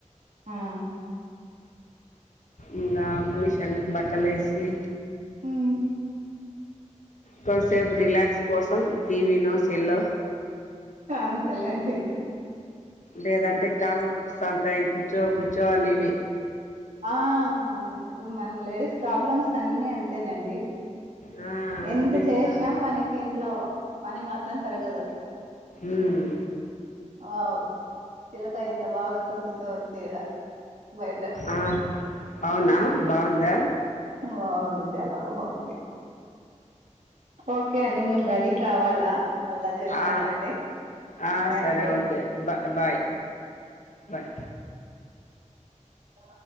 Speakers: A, on the right; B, on the left.
A: ఆ
B: ఇంగ, మిషన్ బట్టలేసి
A: మ్
B: కొన్సేపు రిలాక్స్ కోసం టీవీ నో సెల్లో
A: అంతలే అండి
B: లేదంటే కాళ్ళ నొప్పిస్టాట్ ఆఇంది కూర్చో కూర్చో అనేవి
A: ఆ ఇప్పుడు మన లేడీస్ ప్రాబ్లమ్స్ అన్ని అంతేనండి
B: ఆ,
A: ఎంత
B: అదే
A: చేసినా
B: కదా
A: మనకి ఇంట్లో పని మాత్ త్రం తరగదు
B: ఉమ్,
A: అవు శ్రీలత ఎంత బాగా కూర్చుందో టిల బయట
B: ఆ, అవునా బాగుందా
A: బాగుంది చాల బాగుంది ఓకే అండి మేము రెడీ కావాలా మళ్ళా చేస్తానండి
B: ఆ, ఆ
A: బాయ్
B: సరే
A: అండి
B: ఓకే బ బాయ్ బయ్
A: అ